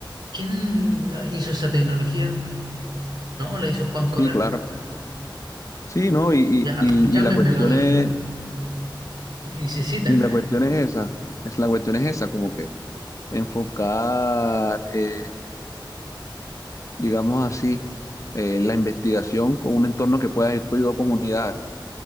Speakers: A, on the right; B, on the left.
A: ¿Quién hizo esa tecnología? No, la hizo Juan Correa.
B: sí, claro. Sí, ¿no? Y, y,
A: Ya,
B: y,
A: llámenmelo
B: y la cuestión es,
A: y se citan.
B: y la cuestión es esa, es, la cuestión es esa, como que enfocar, eh, digamos así, eh, la investigación con un entorno que pueda ir tú y dos comunidades.